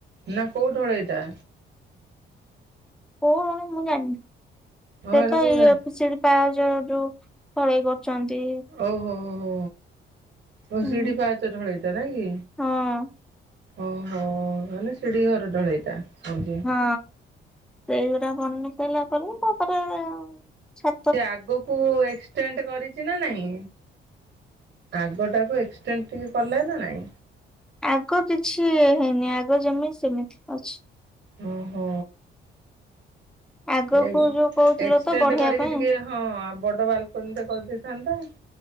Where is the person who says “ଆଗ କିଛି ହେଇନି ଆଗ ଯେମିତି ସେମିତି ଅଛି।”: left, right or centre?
Centre